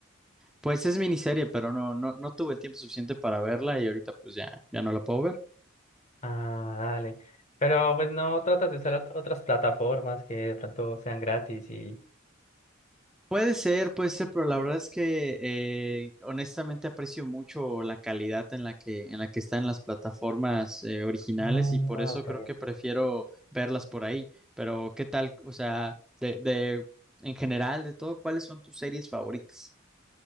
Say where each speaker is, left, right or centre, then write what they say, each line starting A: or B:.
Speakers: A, in the centre; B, on the left.
A: Pues es miniserie, pero no, no, no tuve el tiempo suficiente para verla y ahorita pues ya, ya no la puedo ver.
B: Ah, dale. Pero pues no tratas de usar ot- otras plataformas que de pronto sean gratis y...
A: Puede ser, puede ser, pero la verdad es que eh, honestamente aprecio mucho la calidad en la que, en la que están las plataformas eh, originales
B: Ah,
A: y por eso
B: ok,
A: creo que prefiero verlas por ahí. Pero, ¿qué tal? O sea, de, de, en general, de todo, ¿cuáles son tus series favoritas?